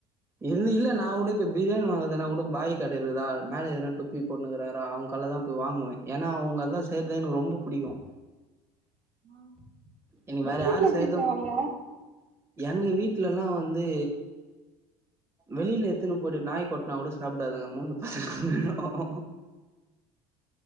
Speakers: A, on the right; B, on the right.
A: இல்லை இல்ல நான் கூட இப்ப பிரியாணி வாங்கறதனா கூட பாய் கடை இருக்குதா மேல ஏதனா டொப்பி போட்ண்ணுக்கிறாரா அவங்க கடைல தான் போய் வாங்குவேன் ஏன்னா அவங்கல்லான் செய்றது எனக்கு ரொம்ப பிடிக்கும்
B: <inaudible>
A: எனக்கு
B: உங்க
A: வேற
B: வீட்ல
A: யாரு செய்ரதும்
B: எப்டி செய்வாங்க
A: <unintelligible> எங்க வீட்டு வீட்லல்லாம் வந்து வெளியில எத்துன்னு போயிட்டு நாய் கொட்டனா கூட சாப்டாதுங்க மோந்து பாக்குதுங்க <inaudible>